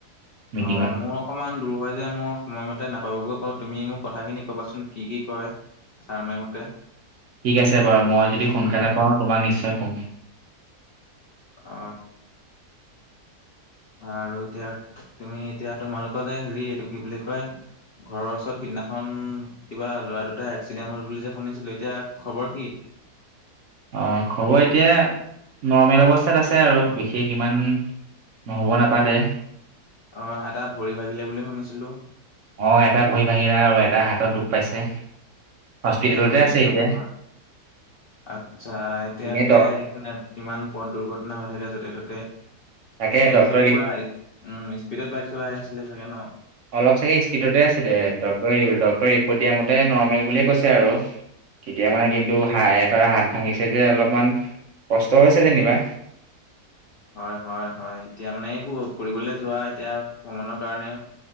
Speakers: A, on the right; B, on the left.
A: মিটিঙত
B: অ মোৰ অকমান দূৰ হয় যে মোৰ সময়মতে নাপাবগৈ পাৰো তুমি মোক কথাখিনি কবাচোন কি কি কয় ছাৰ মে মতে
A: ঠিক আছে বাৰু মই যদি সোনকালে পাওঁ তোমাক নিশ্চয় কম
B: অ আৰু এতিয়া তুমি এতিয়া তোমালোকৰ যে হেৰি এইটো কি বুলি কয় ঘৰৰ ওচৰত সিদিনাখন কিবা ল'ৰা দুটাই এক্সিডেণ্ট হল বুলি যে শুনিছিলো এতিয়া খবৰ কি
A: অঁ খবৰ এতিয়া নৰ্মেল অৱস্থাত আছে আৰু বিশেষ ইমান হ'ব নাপালে
B: অঁ এটা ভৰি ভাগিলে বুলি শুনিছিলোঁ
A: অ এটাই ভৰি ভাঙিলে আৰু এটাই হাতত দুখ পাইছে হস্পিতেলতে
B: এইবোয়ে
A: আছে
B: এ কাক
A: এতিয়া
B: ভা আচ্ছা এতিয়া
A: এনেই
B: সেয়াই
A: ডক
B: কোনেপ কিমান পথ দুৰ্ঘটনা হৈ থাকে যতে ত'তে এহেটি
A: তাকে ডক্টৰে
B: চাগে পুৰা উম স্পীডত বাইক চলাই আহিছিলে চাগে ন
A: অলপ চাগে স্পীডতে আছিলে ডক্টৰে ডক্টৰে ৰিপৰ্ট দিয়া মতে নৰ্মেল বুলিয়ে কৈছে আৰু তেতিয়া মানে কিন্তু হায় এটা হাত ভাঙিছে যে অলপমান কষ্ট হৈছে যেনিবা
B: হয় হয় হয় এতিয়া মানে এইবোৰ ফুৰিবলে যোৱা এতিয়া ভ্ৰমণৰ কাৰণেও